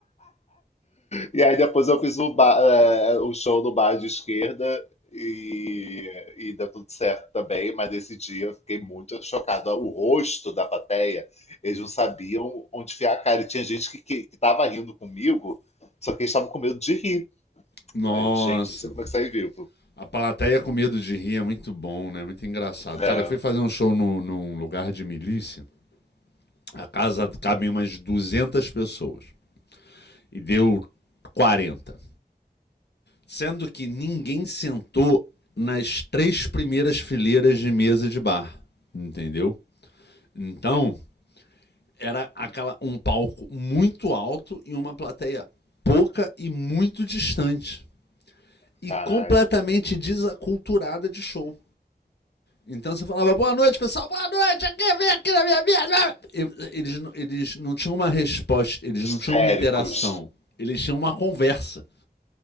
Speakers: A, on the left; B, on the left.
A: E aí depois eu fiz o, bar, é, o show no bar de esquerda e, e deu tudo certo também, mas nesse dia eu fiquei muito chocado. O rosto da plateia, eles não sabiam onde enfiar a cara. E tinha gente que, que, que tava rindo comigo, só que eles estavam com medo de rir.
B: Nossa,
A: Aí eu, gente, não sei como é que saí vivo.
B: a plateia com medo de rir é muito bom, né? Muito engraçado.
A: É,
B: Cara, eu fui fazer um show no, num lugar de milícia. A casa cabe umas 200 pessoas. E deu 40. Sendo que ninguém sentou nas três primeiras fileiras de mesa de bar, entendeu? Então, era aquela um palco muito alto e uma plateia pouca e muito distante e
A: caralho.
B: completamente desaculturada de show. Então você falava, boa noite, pessoal, boa noite, aqui, vem aqui na minha mesa. Eles, eles não tinham uma resposta, eles
A: Histéricos.
B: não tinham uma interação, eles tinham uma conversa.